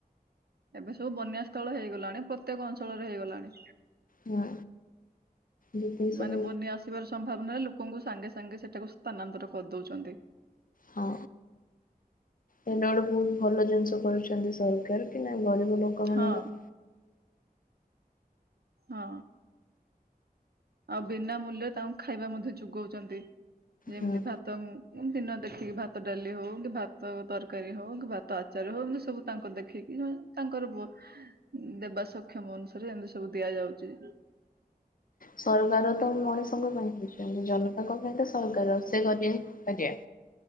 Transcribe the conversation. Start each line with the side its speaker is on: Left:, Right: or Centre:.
Right: ଏବେ ସବୁ ବନ୍ୟା ସ୍ଥଳ ହେଇଗଲାଣି। ପ୍ରତ୍ୟେକ ଅଞ୍ଚଳରେ ହେଇଗଲାଣି।
Left: ହଁ ଯେତିକି ସବୁ
Right: ମାନେ ବନ୍ୟା ଆସିବାର ସମ୍ଭାବନା ଲୋକଙ୍କୁ ସାଙ୍ଗେ ସାଙ୍ଗେ ସେଠାକୁ ସ୍ଥାନାନ୍ତର କରିଦଉଚନ୍ତି।
Left: ହଁ। ଏଟ ଗୋଟେ ବହୁତ ଭଲ ଜିନିଷ କରୁଛନ୍ତି ସରକାର କି ନା ଗରିବ ଲୋକ ମାନଙ୍କ
Right: ହଁ ହଁ ଆଉ ବିନା ମୂଲ୍ୟ ତାଙ୍କୁ ଖାଇବା ମଧ୍ୟ ଯୁଗଉଚନ୍ତି। ଯେମତି
Left: ହୁଁ
Right: ଧ ତଂ ଓ ଦିନ ଦେଖିକି ଭାତ ଡାଲି ହଉ। କି ଭାତ ତରକାରୀ ହଉ। କି ଭାତ ଆ ଚାର ହଉ ଏମତି ସବୁ ତାଙ୍କ ଦେଖେଇକି ସେମା ତାଙ୍କର ବ-ଉଁ, ଦେବା ସକ୍ଷମ ଅନୁସାରେ ଏମିତି ସବୁ ଦିଆ ଯାଉଚି।
Left: ସରକାର ତ ମଣିଷଙ୍କ ପାଇଁ ହେଇଛନ୍ତି। ଜନତାଙ୍କ ପାଇଁ ତ ସରକାର। ସେ କରି କରିବା